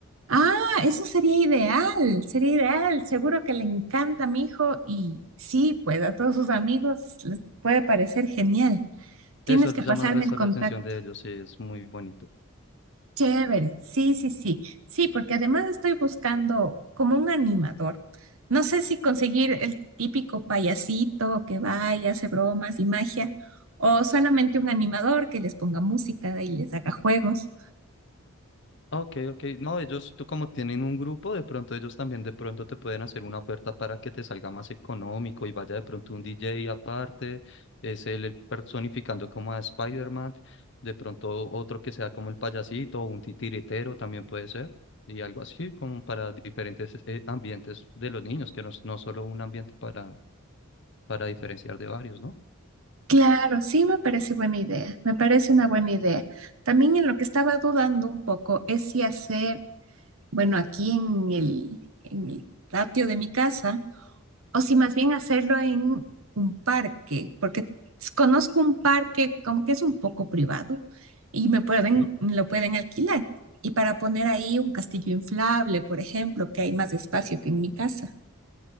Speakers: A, on the right (about 70°); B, on the left (about 55°).
A: Ah, eso sería ideal, sería ideal. Seguro que le encanta a mi hijo y sí, pues a todos sus amigos les puede parecer genial. Tienes
B: Eso
A: que
B: llama
A: pasarme
B: el resto
A: el contacto.
B: la atención de ellos, sí, es muy bonito.
A: Chévere, sí, sí, sí. Sí, porque además estoy buscando como un animador. No sé si conseguir el típico payasito que va y hace bromas y magia, o solamente un animador que les ponga música y les haga juegos.
B: Ok, ok. No, ellos, tú como tienen un grupo, de pronto ellos también de pronto te pueden hacer una oferta para que te salga más económico y vaya de pronto un DJ aparte, es él el personificando como a Spider-Man, de pronto otro que sea como el payasito o un titiritero también puede ser, y algo así como para diferentes eh, ambientes de los niños, que no, es- no solo un ambiente para, para diferenciar de varios, ¿no?
A: Claro, sí me parece buena idea, me parece una buena idea. También en lo que estaba dudando un poco es si hacer, bueno, aquí en el, en el patio de mi casa, o si más bien hacerlo en un parque, porque s- conozco un parque como que es un poco privado y me pueden,
B: Sí.
A: lo pueden alquilar. Y para poner ahí un castillo inflable, por ejemplo, que hay más espacio que en mi casa.